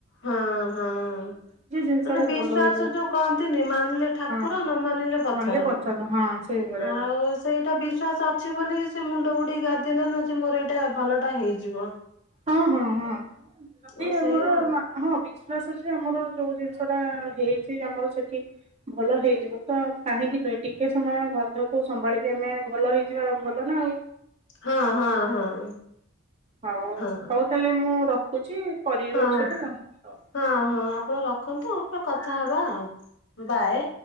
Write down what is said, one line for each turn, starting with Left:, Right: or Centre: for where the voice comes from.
Left: ହଁ ହଁ ମାନେ
Right: ଜିନିଷ ଟା
Left: ବିଶ୍ଵାସ
Right: ଭଲ ହେଇଯିବ
Left: ଯୋଉ କହନ୍ତିନି ମାନିଲେ ଠାକୁର
Right: ହଁ
Left: ନ ମାନିଲେ ପଥର
Right: ନହେଲେ ହଁ ସେଇଭଳିଆ
Left: ଆଉ। ସେଇଟା ବିଶ୍ଵାସ ଅଛି ବୋଲିି ସେ ମୁଣ୍ଡ ବୁଡେଇ ଗାଧିଲେ ନ ଯେ ମୋର ଏଇଟା ଭଲଟା ହେଇଯିବ।
Right: ହଁ ହଁ ହଁ ଯଦି
Left: ଆଉ
Right: ଆମର
Left: ସେଇଆ
Right: ହଁ ବିଶ୍ଵାସ ଅଛି ଆମର ଯୋଉ ଜିନିଷ ଟା ହେଇଛି ଆମର ସେଠି। ଭଲ ହେଇଯିବ ତ କାହିଁକି ନୁହେଁ ଟିକେ ସମୟ ଗନ୍ଧକୁ ସମ୍ଭାଳିକି ଆମେ ଭଲ ହେଇଯିବା ଆଉ ଭଲ ନା ଆଉ।
Left: ହଁ ହଁ ହଁ।
Right: ହଉ
Left: ହଁ
Right: ହଉ ତାହେଲେ ମୁଁ ରଖୁଛି କରିବି
Left: ହଁ
Right: ପଛରେ ହଉ।
Left: ହଁ ହଁ ଆପଣ ରଖନ୍ତୁ ପ୍ର କଥା ହବା ଆ ବାଏ।